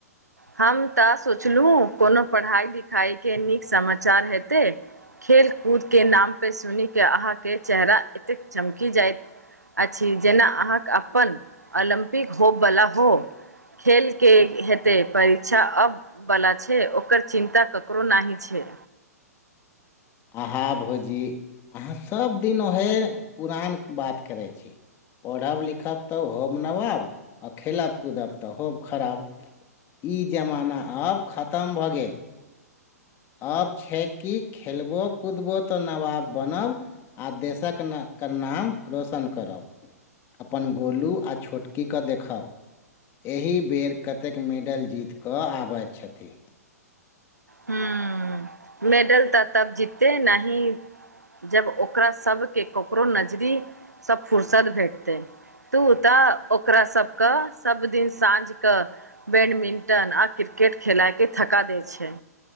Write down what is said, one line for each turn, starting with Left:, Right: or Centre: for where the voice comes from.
Right: हम तऽ सोचलहुँ कोनो पढ़ाइ लिखाइके नीक समाचार हेतै खेल कूदके नामपर सुनिकऽ अहाँकेँ चेहरा एतेक चमकि जायत अछि जेना अहाँके अपन ओलम्पिक होब वला हो खेलकेँ हेतै परीक्षा अब वला छै ओकर चिन्ता ककरो नहि छै
Left: अहाँ भौजी अहाँ सभदिन ओहे पुरान बात करै छी पढ़ब लिखब तऽ होब नबाब आ खेलब कूदब तऽ होब खराब ई जमाना आब खतम भऽ गेल आब छै कि खेलबो कूदबो तऽ नवाब बनब आ देशक नऽ कऽ नाम रोशन करब अपन गोलू आ छोटकीकेँ देखब एहि बेर कतेक मेडल जीत कऽ आबैत छथि
Right: हूँ मेडल तऽ तब जीते नहि जब ओकरा सबके ककरो नजरी सब फुर्सत भेटतै तू तऽ ओकरा सब कऽ सभ दिन साँझ कऽ बैडमिंटन आ क्रिकेट खेलाइ के थका दे छै